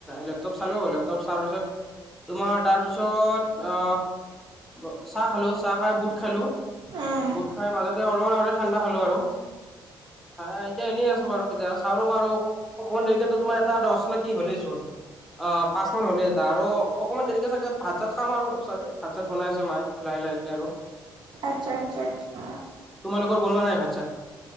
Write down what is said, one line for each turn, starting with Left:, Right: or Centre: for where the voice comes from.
Centre: লেপটপ চালো লেপ টপ চোৱাৰ পিছত তোমাৰ তাৰপিছত আহ ব চাহ খালো চাহ খাই বুট খালো
Right: অ
Centre: বুট খাই মাজতে অলপমান আগতে ঠাণ্ডা খালো আৰু চাই এতিয়া এনে আছো বাৰু পিগে চাওঁ ৰবা আৰু অকনমান দেৰিকে ত তোমাৰ এটা দছ নে কি হলেই চোন অ পাঁচ মান হ'লে এটা আৰু অকনমান দেৰিকে চাগে ভাত চাত খাম আৰু চাগে ভাত চাত বনাই আছে মায়ে লাহে লাহে কে আৰু
Right: আচ্ছা আচ্ছা আচ্ছা
Centre: তোমালোকৰ বনোৱা নাই ভাত চাত